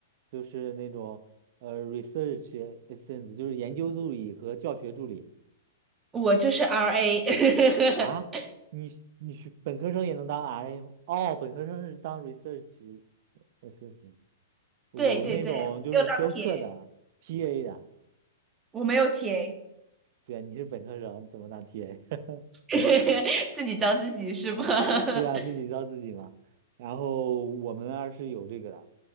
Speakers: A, on the right; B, on the right.
A: 就是那种呃 research assistant，就是研究助理和教学助理
B: 我就是 RA，
A: 啊。
B: <laughs>
A: 你你学本科生也能当 RM 哦，本科生是当 research assistant，有那种就是教课的
B: 对对对，没有当 TA，
A: TA 的。
B: 我没有 TA，
A: 对啊，你是本科生，你怎么当 TA？<laughs>
B: <laughs> 自己教自己是吧？<laughs>
A: 对啊，自己教自己嘛。然后我们那儿是有这个的，